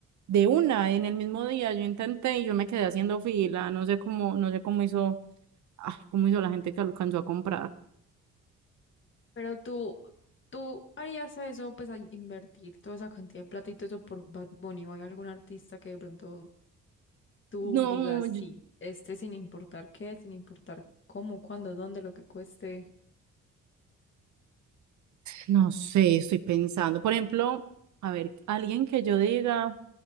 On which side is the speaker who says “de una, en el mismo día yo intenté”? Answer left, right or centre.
Right